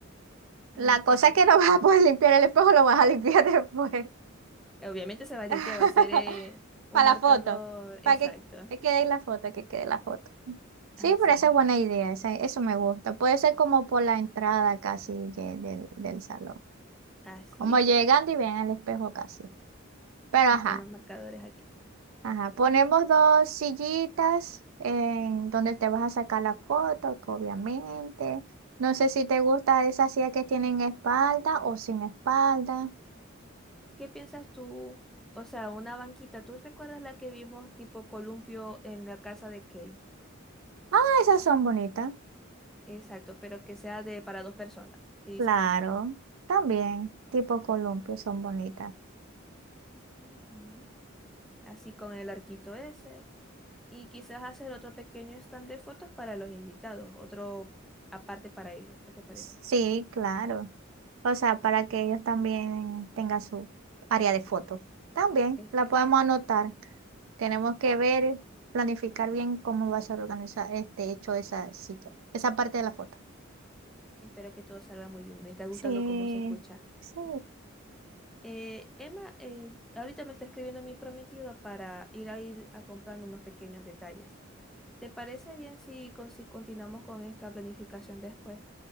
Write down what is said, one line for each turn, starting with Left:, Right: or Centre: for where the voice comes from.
Centre: A
Right: La
Centre: mí también.
Right: cosa es que no <laughs> vas a poder limpiar el espejo, lo vas a limpiar después.
Centre: eh, Obviamente se va a limpiar,
Right: <laughs>
Centre: va a ser eh, un
Right: Para
Centre: marcador
Right: la foto, para
Centre: exacto.
Right: que, que
Centre: <laughs>
Right: quede ahí la foto, que quede la foto. Sí,
Centre: Así,
Right: pero esa es buena idea, esa- eso me gusta. Puede ser como por la entrada casi de- del, del salón.
Centre: así
Right: Como
Centre: es.
Right: llegando y ven al espejo casi. Pero
Centre: Y
Right: ajá.
Centre: con los marcadores allí.
Right: Ajá, ponemos dos sillitas en donde te vas a sacar la foto, que obviamente. No sé si te gusta esas sillas que tienen espalda o sin espalda.
Centre: ¿Qué piensas tú? O sea, una banquita, ¿tú recuerdas la que vimos tipo columpio en la casa de Kay?
Right: Ah, esas son bonitas.
Centre: Exacto, pero que sea de para dos personas. ¿Qué dices
Right: Claro,
Centre: tú?
Right: también, tipo columpio, son bonitas.
Centre: Ujú. Así con el arquito ese. Y quizás hacer otro pequeño stand de fotos para los invitados, otro aparte para ellos. ¿Qué te parece?
Right: Sí, claro. O sea, para que ellos también tengan su área de fotos. También
Centre: Exacto.
Right: la podemos anotar. Tenemos que ver, planificar bien cómo va a ser organizar este hecho esa silla, esa parte de la foto.
Centre: Espero que todo salga muy bien. Me está gustando
Right: Sí,
Centre: cómo se escucha.
Right: sí,
Centre: Eh, Emma, eh, ahorita me está escribiendo mi prometido para ir a ir a comprando unos pequeños detalles. ¿Te parece bien si, con- si continuamos con esta planificación después?